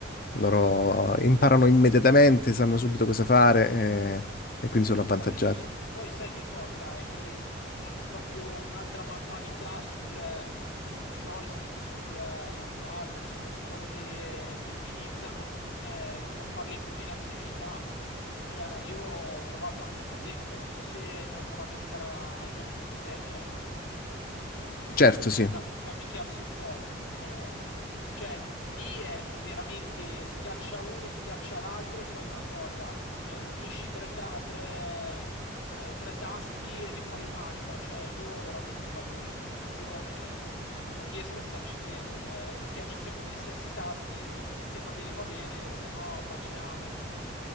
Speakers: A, on the left; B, on the left.
A: No,
B: Loro
A: s-
B: imparano immediatamente, sanno subito cosa fare, eh, e
A: Assolutamente.
B: quindi sono avvantaggiati.
A: Poi sai che cosa? È che hanno proprio un'altra manualità sul, sul joystick, sul, sul pad, insomma, su quello che, che utilizzano eh, per fare le combinazioni di tasti. Cioè, io ho provato anche, per esempio, non so se hai mai provato a giocare a- ai giochi tipo Tekken quelli
B: Certo,
A: da, picchi-
B: sì.
A: da chi- da picchiarsi un po'. Eh, cioè, lì è, è veramente schiaccia uno, schiaccia l'altro e fai una cosa eh, unisci tre, ta- tre- tre- tre tasti e ne fai un'altra. Cioè, io veramente vado in confusione, n- non riesco a starci dietro. Cioè, schiaccio sempre gli stessi tasti e se va bene va bene, se no pace amen.